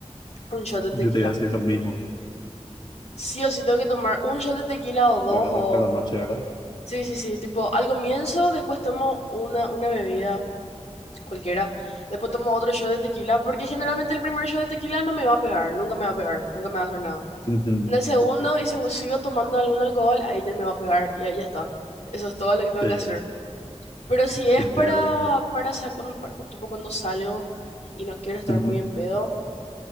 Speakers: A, on the left (about 70°); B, on the left (about 45°).
A: un shot de
B: Yo
A: tequila.
B: te iba a decir lo mismo
A: Sí o sí tengo que tomar un shot de tequila o dos
B: para arrancar
A: o
B: la noche, ¿verdad?
A: Sí, sí, sí, tipo, al comienzo, después tomo una, una bebida cualquiera, después tomo otro shot de tequila, porque generalmente el primer shot de tequila no me va a pegar, nunca me va a pegar, nunca me va a hacer nada.
B: Ujú.
A: En el segundo, y si sigo tomando algún alcohol, ahí ya me va a pegar y ahí ya está. Eso es todo lo que tengo
B: Sí,
A: que hacer. Pero si es
B: entiendo.
A: para, para, sa- cuando, para- tipo, cuando salgo y no quiero estar
B: Ujú.
A: muy en pedo,